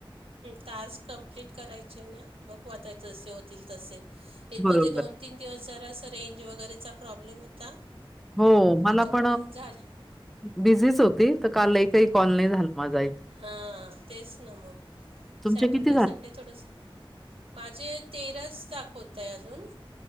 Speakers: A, on the right; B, in the centre.
A: टास्क कंप्लीट करायचे आहे ना. बघू आता जसे होतील तसे हे
B: बरोबर
A: मध्ये दोन, तीन दिवस जरास रेंज वगैरेचा प्रॉब्लेम होता.
B: हो मला
A: त्याच्यामुळे
B: पण
A: झालं
B: बिझीच होती, तर काल लई कॉल नाही झाला. माझाही
A: हा तेच ना मग
B: तुमचे
A: सॅटर्डे,
B: किती झाले
A: संडे थोडंस. माझे तेराच दाखवतय अजून